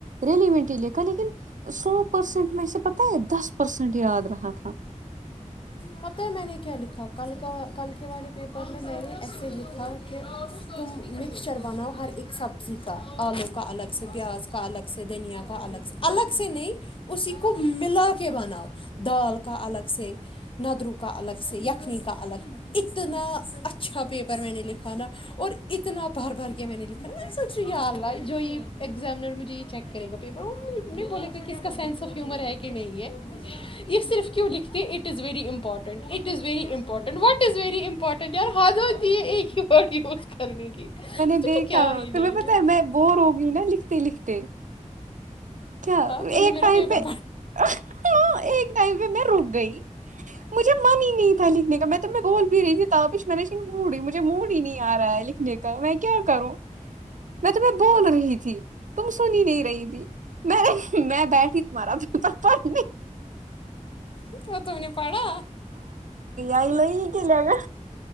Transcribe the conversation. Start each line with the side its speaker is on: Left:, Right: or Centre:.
Right: ریلیونٹ ہی لکھا لیکن سو پرسینٹ میں سے پتہ ہے دس پرسینٹ یاد رہا تھا
Left: پتہ ہے میں نے لکھا کل کے والے پیپر میں نے ایسے لکھے ہاں کہ تم مکسچر بناؤ ہر ایک سب کا آلو کا الگ سے پیاز کا الگ سے دھنیا کا الگ سے الگ سے نہیں اسی کو ملا کے بناؤ دال کا الگ سے ندرو کا الگ سے یخنی کا الگ اتنا اچھا پیپر میں نے لکھا نا اور اتنا بار بار کیا میں نے لکھا م سچ یاد رہا ہے جو یہ ایگزامنر مجھے یہ چیک کرے گا پیپر وہ نہیں بولے گا کہ اس کا سینس آف ہیومر ہے کہ نہیں ہے یہ صرف کیوں لکھتے ہیں it is very important it is very important what is very important یار حادتی یہ ایک <inaudible>
Right: میں نے
Left: تجھے
Right: دیکھا
Left: کیا ہی
Right: تمہیں
Left: جائے
Right: پتا
Left: گا
Right: ہے میں بور ہوگئی نا لکھتے لکھتے کیا
Left: تم
Right: ایک
Left: نے میرا
Right: ٹائم
Left: پیپر
Right: پہ ہ ایک ٹائم پہ میں رک گئی مجھے من ہی نہیں تھا لکھنے کا میں تو میں بول بھی رہی تھی تپش میں نے موڈئی مجھے موڈ ہی نہیں آ رہا ہے لکھنے کا میں کیا کروں میں تمہیں بول رہی تھی تم سنی نہیں رہی تھی میں میں بیٹھی تمہارا پپ پڑ نہیں
Left: پڑھا تم نے پڑھا
Right: آ ل ہی کیا ل گا